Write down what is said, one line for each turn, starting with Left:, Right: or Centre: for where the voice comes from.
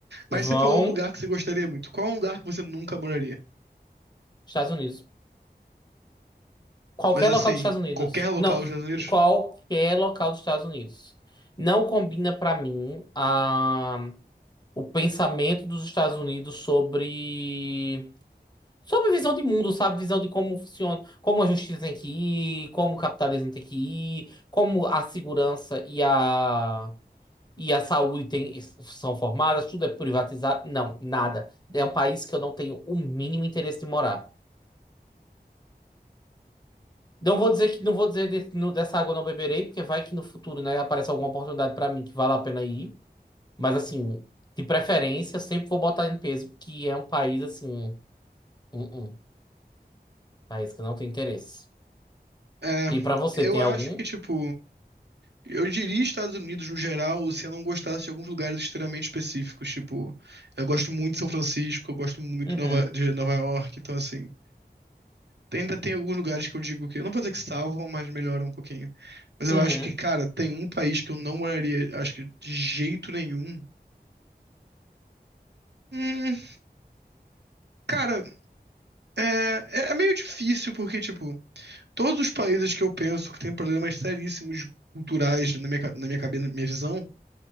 Left: Vão,
Right: Mas você falou um lugar que você gostaria muito. Qual é um lugar que você nunca moraria?
Left: Estados Unidos. Qualquer
Right: Mas assim,
Left: local dos Estados Unidos.
Right: qualquer local
Left: Não,
Right: dos Estados Unidos?
Left: qualquer local dos Estados Unidos. Não combina para mim a, o pensamento dos Estados Unidos sobre. Sobre visão de mundo, sabe? Visão de como funciona, como a justiça tem que ir, como o capitalismo tem que ir, como a segurança e a, e a saúde tem, são formadas, tudo é privatizado. Não, nada. É um país que eu não tenho o mínimo interesse de morar. Não vou dizer que não vou dizer de- no- dessa água eu não beberei, porque vai que no futuro, né, aparece alguma oportunidade pra mim que vale a pena ir. Mas assim, de preferência, eu sempre vou botar em peso, porque é um país assim, um, um um país que eu não tem interesse.
Right: É,
Left: E pra você,
Right: eu
Left: tem
Right: acho
Left: algum?
Right: que, tipo, eu diria Estados Unidos no geral, se eu não gostasse de alguns lugares extremamente específicos, tipo, eu gosto muito de São Francisco, eu gosto muito
Left: Uhum,
Right: de Nova, de Nova York, então assim, tem- ainda tem alguns lugares que eu digo que, eu não vou dizer que salvam, mas melhoram um pouquinho. Mas
Left: uhum,
Right: eu acho que, cara, tem um país que eu não moraria, acho que de jeito nenhum. Hum, cara, é, é é meio difícil, porque, tipo, todos os países que eu penso que tem problemas seríssimos culturais na minha, ca- na minha cabeça, na minha visão,